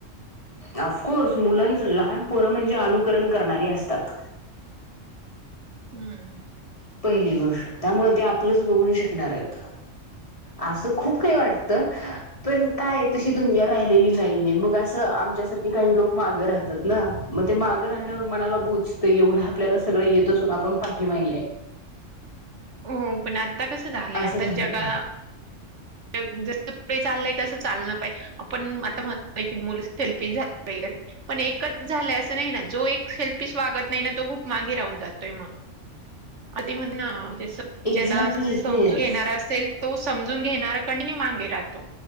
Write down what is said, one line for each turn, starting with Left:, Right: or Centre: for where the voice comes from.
Left: ऑफकोर्स मुलांच लहान पोरं म्हणजे अनुकरण करणारी असतात
Right: हम्म
Left: पहिली गोष्ट त्यामुले ते आपलंच बघून शिकणार आहेत आसं खूप काही वाटत पण काये तशी दुनिया राहिलेली नाहीये मग असं आमच्यासारखे काही लोक मागं राहतात ना मग ते मागं राहण मनाला बोचतं एवढं आपल्याला स सगळ येत असून आपण पाठीमागे आहे
Right: <inaudible> हम पण आता कसं झालंय
Left: असं
Right: आता
Left: झालंय
Right: जगा जस पुढे चाललंय तसं चालण पाहिजे आपण आता म्हण की मुलं सेल्फीश झा पाहिजे पण एकच झालंय असं नाही ना जो एक शेल्पीस वागत नाही ना तो खूप मागे राहून जातो <unintelligible>
Left: एक्झॅक्टली
Right: ज्याला समून
Left: तेच
Right: घेणार असेल तो समजून घेणार कंटिन्यू मागे राहतो